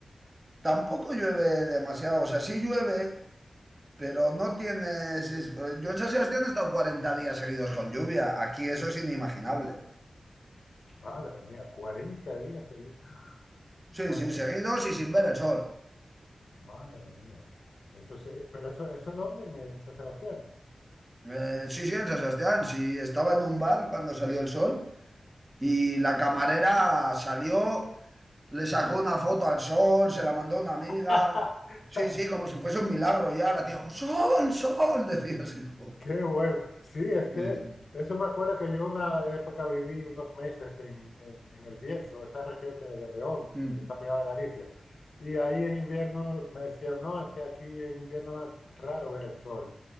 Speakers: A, on the right (about 20°); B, on the left (about 70°).
A: Tampoco llueve demasiado. O sea, sí llueve, pero no tienes... es- eh, Yo en San Sebastián he estado 40 días seguidos con lluvia. Aquí eso es inimaginable.
B: Madre mía, 40 días seguidos. ¡Ah! Madre
A: Sí, sí, seguidos
B: mía,
A: y sin ver el sol.
B: madre mía. Eso sí, pero eso, ¿eso dónde? En, en San Sebastián.
A: Eh, sí, sí, en San Sebastián. Sí, estaba en un bar cuando salió el sol y la camarera salió, le sacó una foto al sol, se la mandó a una amiga.
B: <laughs>
A: Sí, sí, como si fuese un milagro ya. La tía dijo, sol, sol, <laughs> decía así, joder.
B: Qué bueno. Sí, es que
A: Sí,
B: eso me acuerda que yo una época viví unos meses en, en- en el Bierzo, esa región de, de León,
A: sí.
B: que está pegada a Galicia. Y ahí en invierno me decían, no, es que aquí en invierno es raro ver el sol.